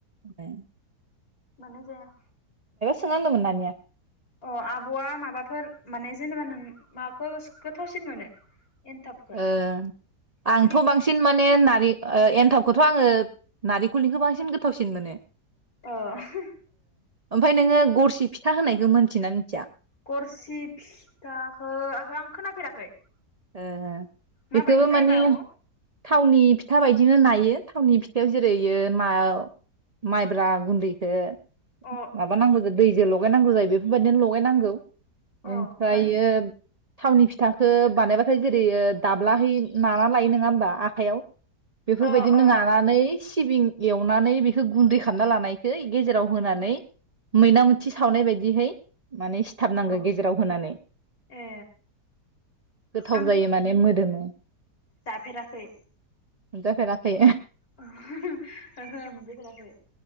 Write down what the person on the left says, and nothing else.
मानो जाया?
अ आब'आ माबाफोर माने जेनेबा नों माखो गोथावसिन मोनो? एन्थाबखौ
सिबिंनिखौ
ना माबा
अ <unintelligible>
गरसि फिथाखो ओहो आं खोनाफेराखै।
माबायदि जायोबा
आब'?
अ
अ ओमफ्राय
अ अ
अ
ए
आं
जाफेराखै
<unintelligible> ओहो मोनजाफेराखै